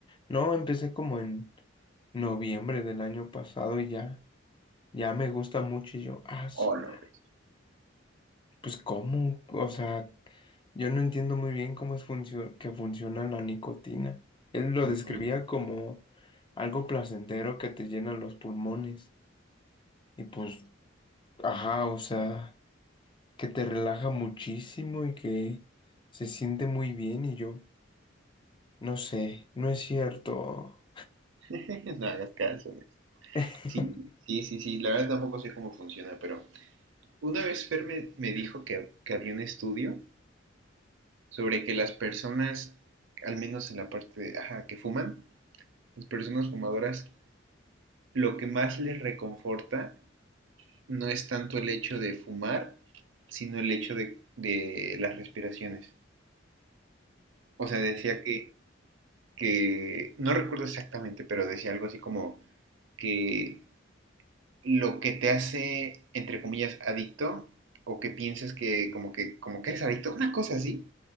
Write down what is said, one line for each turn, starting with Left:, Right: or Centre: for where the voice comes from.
Left: no, empecé como en noviembre del año pasado y ya, ya me gusta mucho y yo, ah, su
Right: Órale.
Left: madre, pues ¿cómo? O sea, yo no entiendo muy bien cómo es funcio- que funciona la nicotina. Él lo
Right: No,
Left: describía
Right: yo-
Left: como algo placentero que te llena los pulmones y pues, ajá, o sea... que te relaja muchísimo y que se siente muy bien y yo, no sé, no es cierto.
Right: <laughs> No hagas caso.
Left: <laughs>
Right: Sí, sí, sí, sí. La verdad tampoco sé cómo funciona, pero una vez Fer me, me dijo que, que había un estudio sobre que las personas, al menos en la parte de- ajá, que fuman, las personas fumadoras, lo que más les reconforta no es tanto el hecho de fumar, sino el hecho de, de las respiraciones. O sea, decía que, que, no recuerdo exactamente, pero decía algo así como que lo que te hace, entre comillas, adicto, o que piensas que como que, como que eres adicto, una cosa así,